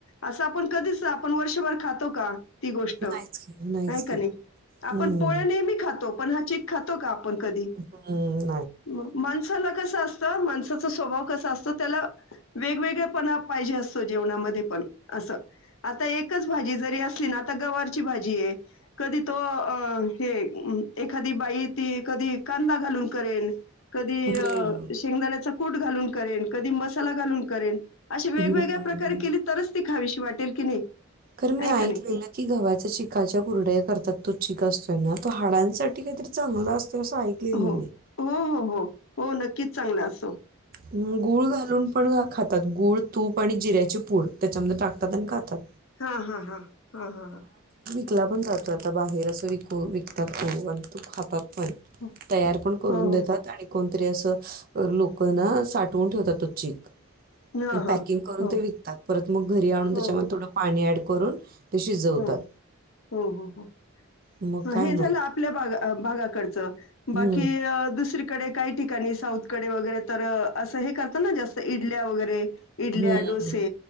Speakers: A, on the left; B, on the right.
A: असं आपण कधी आपण वर्षभर खातो का? ती गोष्ट आहे
B: नाहीच की नाहीच की
A: का नाही
B: हम्म.
A: आपण पोळ्या नेहमी खातो पण हा चिक खातो का आपण?
B: <unintelligible>
A: कधी? म माणसाला कस अस तर माणसाचा स्वभाव कसा असतो, त्याला वेगवेगळे पणा पाहिजे असतो जेवणामध्ये पण असं आता एकच भाजी जरी असली ना आता गवारची भाजी आहे कधी तो हे एखादी बाई ती कधी कांदा घालून करेल. कधी
B: हम्म.
A: शेंगदाण्याचा कूट घालून करेन कधी मसाला घालून करेन. अशी वेगवेगळ्या
B: हम्म.
A: प्रकारे केली तरच ती खावीशी वाटेल की नाही.
B: खर मी
A: आहे
B: ऐकलेलं
A: का नाही?
B: की गव्हाच्या चिकाच्या कुरडया करतात. तो चीक असतोय ना तो हाडांसाठी काहीतरी चांगला अस ते अस ऐकलेल
A: हो.
B: मी
A: हो, हो, हो. हो नक्कीच चांगला अस
B: म गुळ घालून पण खातात गूळ तूप आणि जिऱ्याचे पूड त्याच्यामध्ये टाकतात आणि खातात.
A: हा हा हा हा हा हा
B: विकला पण जातोय आता बाहेर असं विकू विकतात तो आणि तो खातात. पण
A: हो,
B: तयार पण करून
A: हो.
B: देतात आणि कोणतरी असं लोक क हाय ना साठवून ठेवतात तो चीक
A: हां,
B: आणि
A: हां.
B: पॅकिंग करून
A: हो.
B: ते विकतात परत मग घरी आणून
A: हो,
B: त्याच्यामध्ये
A: हो.
B: थोडं पाणी ऍड करून ते शिजवतात
A: हो हो हो
B: मग काय
A: हे
B: माहित
A: झालं आपल्याग भा भागाकडचं बाकी
B: हम्म
A: दुसरी डे काही ठिकाणी साऊथकडे वगैरे तर असं हे करता न जास्त इडल्या वगैरे इडल्या
B: हम्म
A: डोसे